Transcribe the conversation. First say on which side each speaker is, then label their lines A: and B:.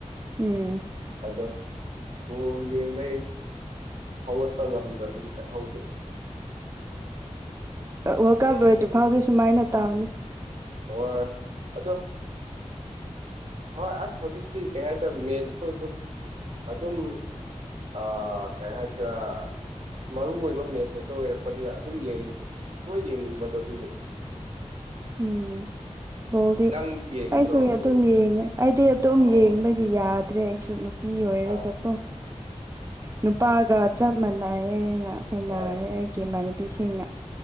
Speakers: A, on the right (about 25°); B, on the right (about 70°).
A: ꯎꯝ
B: ꯑꯗꯣ ꯑꯣ ꯌꯦꯡꯕꯩ ꯍꯧꯒꯠꯄ ꯉꯝꯗꯕꯒꯤ ꯆꯠꯍꯧꯗꯅꯣ
A: ꯋꯥꯔꯜ
B: ꯊꯦꯡꯅ
A: ꯀꯥꯞ ꯂꯣꯏꯗ꯭ꯔꯤ ꯐꯥꯎꯗꯤ ꯁꯨꯃꯥꯏꯅ ꯇꯥꯅꯤ
B: ꯍ ꯑꯗꯨꯗꯣ ꯍꯣꯏ ꯑꯁ ꯍꯧꯖꯤꯛꯇꯤ ꯀꯩ ꯍꯥꯏꯇꯥꯔꯦ ꯃꯦꯠꯁꯈꯣꯏꯁꯨ ꯑꯗꯨꯝ ꯑ ꯀꯩ ꯍꯥꯏꯦ ꯆ ꯃꯔꯨꯑꯣ ꯑꯣꯏꯕ ꯃꯦꯠꯆ ꯈꯇ ꯑꯣꯏꯔꯛꯄꯅꯤꯅ ꯑꯗꯨꯝ ꯌꯦꯡꯅꯤꯡꯕꯣ ꯍꯣꯏ ꯌꯦꯡꯅꯤꯡꯕꯗꯣ ꯑꯗꯨꯒꯤ
A: ꯎꯝ ꯕꯣꯜꯗꯤ
B: ꯅꯪꯗꯤ
A: ꯑꯁ
B: ꯌꯦꯡꯗ꯭ꯔꯣ
A: ꯑꯩꯁꯨ ꯑꯗꯨꯝ
B: ꯕꯣꯜꯁꯦ
A: ꯌꯦꯡꯉꯦ ꯑꯩꯗꯤ ꯑꯗꯨꯝ
B: ꯑꯥ
A: ꯌꯦꯡꯕꯒꯤ ꯑꯩ ꯌꯥꯗ꯭ꯔꯦ ꯑꯩꯁꯨ ꯅꯨꯄꯤ ꯑꯣꯏꯔꯒ
B: ꯑꯥ
A: ꯀꯣ ꯅꯨꯄꯥꯒ ꯆꯞ ꯃꯥꯟꯅ ꯂꯑꯌꯦꯦꯅ ꯍꯟꯅꯔꯦ
B: ꯑꯥ
A: ꯑꯩꯒꯤꯃꯥꯟꯅꯕꯤꯁꯤꯡꯅ